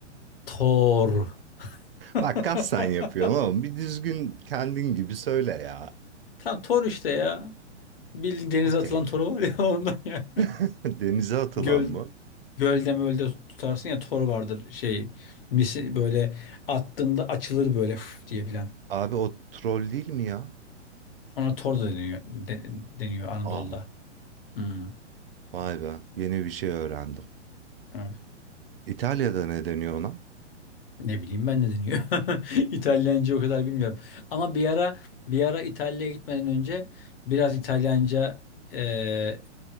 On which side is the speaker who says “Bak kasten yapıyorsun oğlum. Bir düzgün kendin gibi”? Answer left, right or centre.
Right